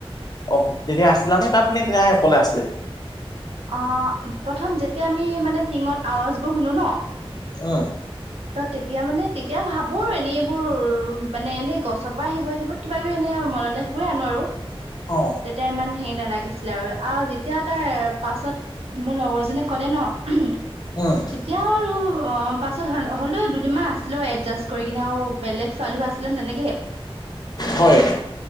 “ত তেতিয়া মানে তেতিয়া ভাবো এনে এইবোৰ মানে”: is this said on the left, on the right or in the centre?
Right